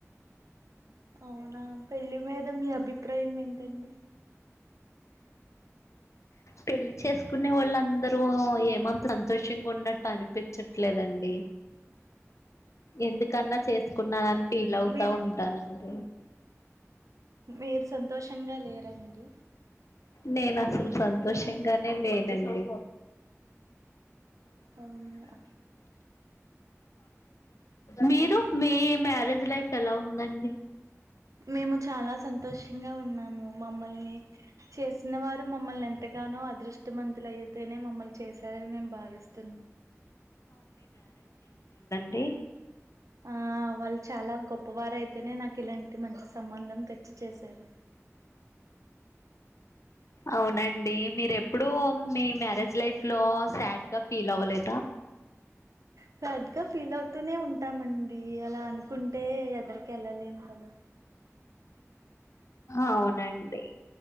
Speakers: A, on the right; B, on the left.
A: అవునా పెళ్ళి మీద మీ అభిప్రాయం ఎ టండి
B: పెళ్లి చేసుకునే వొళ్ళు అందరూ ఏమంత సంతోషంగా ఉన్నట్టు అనిపిచ్చట్లేదండి ఎందు కన్నా చేసుకున్నానని ఫీల్ అవుతా
A: మీరు
B: ఉంటాను అండి
A: మీరు సం తోషంగా లేరండి
B: నేను అసలు సంతోషంగానే లేనండి
A: అవునా
B: మీరు మీ మ్యారేజ్ లైఫ్ ఎలా ఉందన్
A: మేము చాలా సంతోషంగా ఉ న్నాము మమ్మల్ని చేసిన వారు మమ్మల్ని ఎంతగానో అదృ మంతులు అయితేనే మమ్మల్ చేస్ సరే మేము భావిస్తు
B: డి
A: ఆ వాళ్ళు చాలా గొప్పవార అయితేనే నాకు ఇలాంటి మంచి సంబంధం తెచ్చి చేశారు
B: అవునండి మీరు ఎప్పుడూ మీ మ్యారేజ్ లైఫ్ లో సాడ్ గా ఫీల్ అవ్వలే
A: సాడ్ గా ఫీల్ అవుతూనే ఉన్ టామండి అలా అనుకుంటే ఎదరికి ఎళ్ళలేం కదా
B: అవునండి